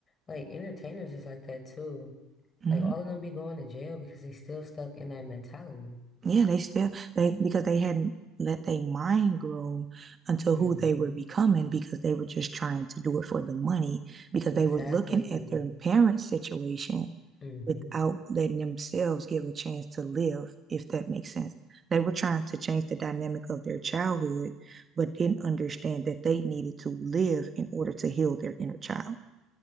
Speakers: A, on the left; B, on the right.
A: like, entertainers is like that too.
B: hmm
A: Like, all of them be going to jail because they still stuck in that mentality.
B: Yeah, they still they because they hadn't let their mind grow until
A: hmm
B: who they were becoming because they were just trying to do it for the money because they
A: Exactly.
B: were looking at their parents' situation
A: hmm
B: without letting themselves give a chance to live, if that makes sense. They were trying to change the dynamic of their childhood, but didn't understand that they needed to live in order to heal their inner child.